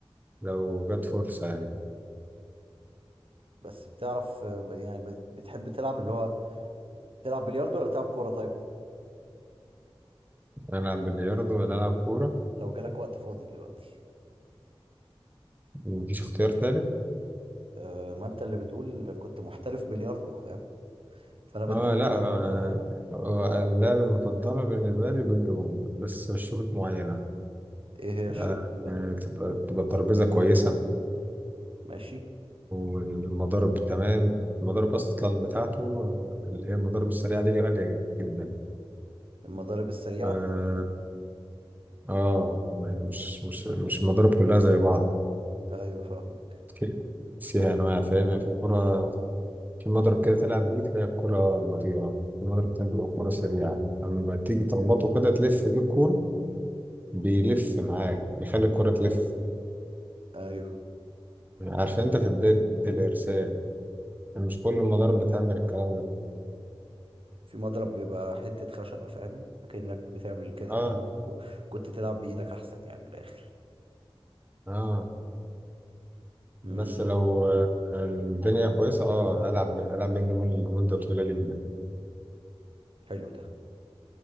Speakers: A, on the right; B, on the right.
A: لو جت فرصة يعني
B: بس بتعرف آه، ب- يعني بت- بتحب تلعب اللي هو تلعب بلياردو ولا تلعب كورة طيب
A: ألعب بلياردو ولا ألعب كورة
B: لو جالك وقت فاضي دلوقتي
A: مفيش اختيار تالت
B: أه ما انت اللي بتقول كنت محترف بلياردو فاهم فانا بديك
A: آه لا
B: اختيارك
A: آه
B: آه،
A: آه، اللعبة المفضلة بالنسبة لي بينج بونج بس شروط معينة
B: ايه هي الشروط
A: آه
B: دي بقى
A: آه، تبقى تبقى ترابيزة كويسة
B: ماشي
A: والمضارب تمام المضارب أصلا بتاعته آه، اللي هي المضارب السريعة دي غالية جدا
B: المضارب السريعة
A: آه، اه ما هي مش مش مش المضارب كلها زي بعض
B: ايوه فاهمك
A: في فيها انواع فاهم يعني في كرة في مضرب كده تلعب بيه تلاقي الكرة بطيئة في مضرب تاني تبقى الكرة سريعة اما تيجي تخبطه كده تلف بيه الكورة بيلف معاك بيخلي الكرة تلف
B: ايوه
A: عشان انت في بداية الارسال يعني مش كل المضارب بتعمل الكلام ده
B: في مضرب بيبقى حتة خشبة فاهم اكنك بتعمل كده
A: اه
B: بت- كو- كنت تلعب بايدك احسن يعني من الاخر
A: اه
B: مم،
A: بس لو آه، الدنيا كويسة اه العب العب بينج بونج لمدة طويلة جدا
B: حلو ده